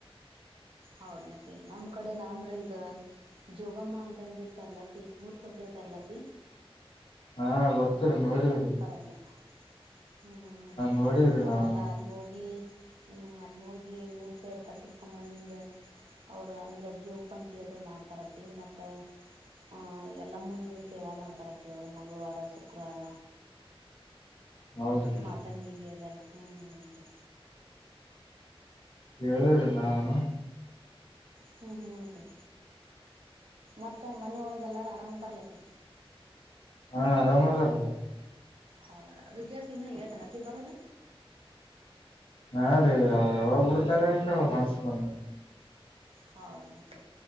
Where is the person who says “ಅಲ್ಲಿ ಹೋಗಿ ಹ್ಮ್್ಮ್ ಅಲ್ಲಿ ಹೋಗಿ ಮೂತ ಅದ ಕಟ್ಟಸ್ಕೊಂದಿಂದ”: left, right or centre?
Right